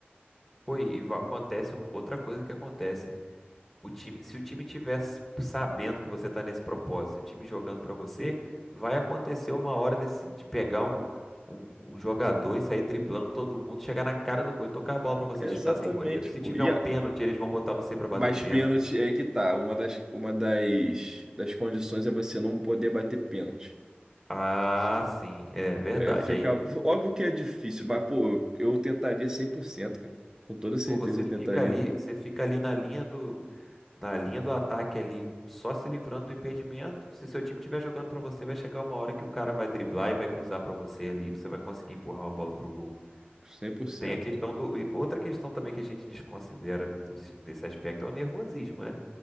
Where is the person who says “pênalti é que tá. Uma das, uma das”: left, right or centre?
Right